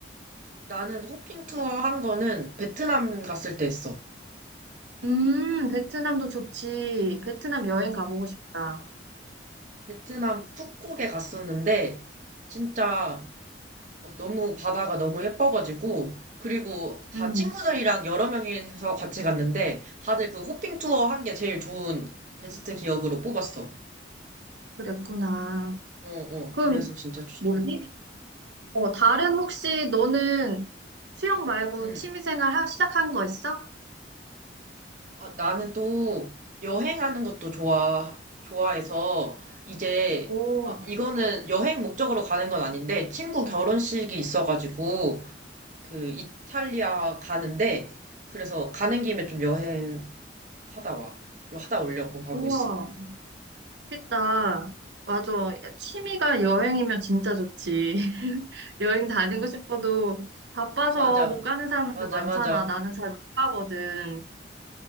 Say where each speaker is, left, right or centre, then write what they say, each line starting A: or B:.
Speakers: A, on the right; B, on the right.
A: 나는 호핑 투어 한 거는 베트남 갔을 때 했어.
B: 음, 베트남도 좋지. 베트남 여행 가보고 싶다.
A: 베트남 푸꾸옥에 갔었는데 진짜 어, 너무 바다가 너무 예뻐가지고 그리고 다
B: 음,
A: 친구들이랑 여러 명이서 같이 갔는데 다들 그 호핑 투어 한 게 제일 좋은 베스트 기억으로 뽑았어.
B: 그랬구나.
A: 어, 어.
B: 그럼
A: 그래서 진짜 추천해.
B: 뭐니? 어, 다른 혹시 너는 수영 말고
A: 음.
B: 취미생활 하- 시작한 거 있어?
A: 아, 나는 또 여행하는 것도 좋아 좋아해서 이제
B: 오,
A: 아, 이거는 여행 목적으로 가는 건 아닌데, 친구 결혼식이 있어가지고, 그 이탈리아 가는데 그래서 가는 김에 좀 여행 하다 와 하다 오려고 하고
B: 우와.
A: 있어.
B: 그다. 맞아. 야, 취미가 여행이면 진짜 좋지. <laughs> 여행 다니고 싶어도 바빠서
A: 맞아,
B: 못 가는 사람들
A: 맞아,
B: 많잖아.
A: 맞아.
B: 나는 잘 못 가거든.